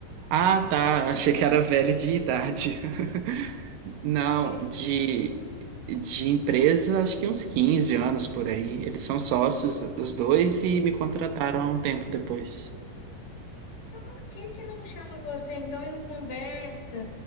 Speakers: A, on the right; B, on the left.
A: Ah, tá. Achei que era velho de idade. <laughs> Não,
B: <laughs>
A: de, de empresa, acho que uns 15 anos por aí. Eles são sócios, os dois, e me contrataram há um tempo depois.
B: Por que que não chama você então e não conversa?